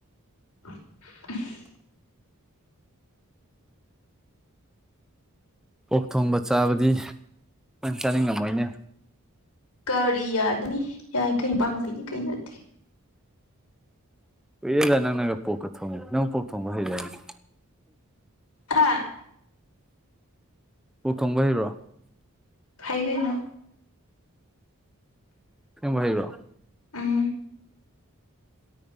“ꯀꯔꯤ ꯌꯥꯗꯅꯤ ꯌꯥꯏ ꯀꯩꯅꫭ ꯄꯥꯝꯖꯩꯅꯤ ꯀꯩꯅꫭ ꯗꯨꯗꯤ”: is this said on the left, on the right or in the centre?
Left